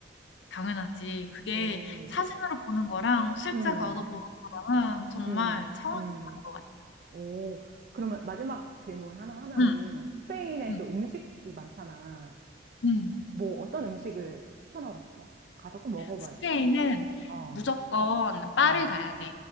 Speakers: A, on the left; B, on the right.
A: 당연하지. 그게
B: 오,
A: 사진으로 보는 거랑 실제
B: 음,
A: 가서 보는 거랑은 정말
B: 음,
A: 차원이
B: 음.
A: 다른 것 같아.
B: 오, 그러면 마지막 질문 하나 하면은
A: 응,
B: 스페인에
A: 응,
B: 또 음식이 많잖아.
A: 응.
B: 뭐 어떤 음식을 추천하고 싶어? 가서 꼭 먹어봐야
A: 스페인은
B: 될 거. 어,
A: 무조건 바를
B: 어.
A: 가야 돼.